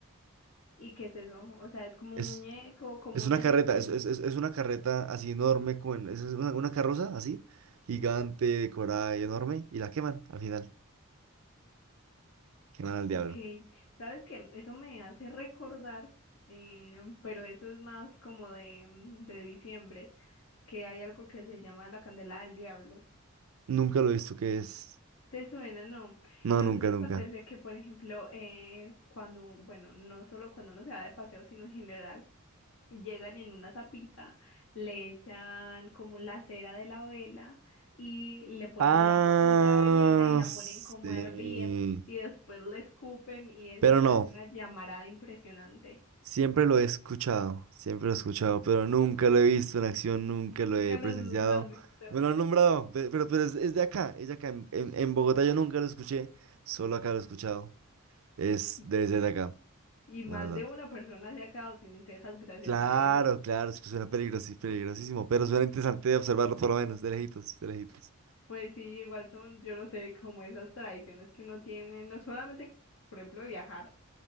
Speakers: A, on the left; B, on the right.
A: ¿Y qué es eso? O sea, es como
B: Es,
A: un muñeco, como
B: es
A: un
B: una
A: añolijo.
B: carreta, es, es, es es una carreta así enorme, con, es es una, una carroza así, gigante, decorada y enorme, y la queman al final. Queman al
A: Ok,
B: diablo.
A: sabes que eso me hace recordar, eh, pero eso es más como de, mm, de diciembre, que hay algo que se llama la candela del diablo.
B: Nunca lo he visto que es.
A: ¿Te suena? No.
B: No,
A: Resulta
B: nunca,
A: que
B: nunca.
A: acontece que, por ejemplo, eh, cuando, bueno, no solo cuando uno se va de paseo, sino en general. Llegan y en una tapita, le echan como la cera de la vela y le ponen
B: Ah,
A: debajo otra velita y la
B: sí.
A: ponen como a hervir y después le escupen y eso
B: Pero
A: se
B: no.
A: hace una llamarada impresionante.
B: Siempre lo he escuchado, siempre lo he escuchado, pero nunca lo he visto en acción, nunca lo
A: Nunca
B: he
A: los-
B: presenciado.
A: lo has visto.
B: Me lo han nombrado, pe- pero, pero es, es de acá, es de acá. En, en- en Bogotá yo nunca lo escuché, solo acá lo he escuchado. Es
A: Y,
B: desde de acá,
A: y más
B: la verdad.
A: de una persona se ha quedado sin cejas gracias
B: Claro,
A: a eso.
B: claro, es que suena peligrosi- peligrosísimo, pero suena interesante de observarlo por lo menos, de lejitos, de lejitos.
A: Pues sí, igual son, yo no sé, como esas tradiciones que uno tiene, no solamente, por ejemplo, viajar